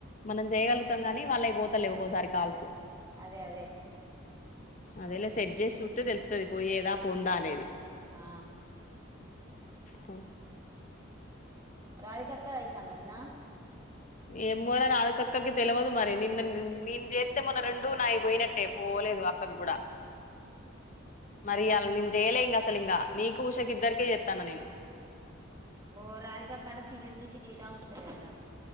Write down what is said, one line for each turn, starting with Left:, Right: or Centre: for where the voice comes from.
Left: మనం చేయగలుగుతాం గానీ వాళ్ళకి పోతలే ఒక్కోసారి కాల్సు
Right: అదే అదే
Left: అదేలే సెట్ చేసు వత్తే తేలుతది పోయి ఎద పొందా అనేది
Right: ఆ
Left: హు
Right: రాధికక్కది అయితాందట్నా
Left: ఏమోరా రాదికక్కకి తెల్వదు మరి నిన్న నేను చేస్తే మొన్న రెండు నాయి పోయినట్టే పోలేదు అక్కకి కూడా మరి అలా నేను చేయలే ఇంక అసలు ఇంకా నీకు ఉషకిద్దరికే చేస్తాన్నా నేను
Right: ఓ రాధికక్క అక్కడ సీరియల్ చూసి డేటా ఉంచట్లేదంట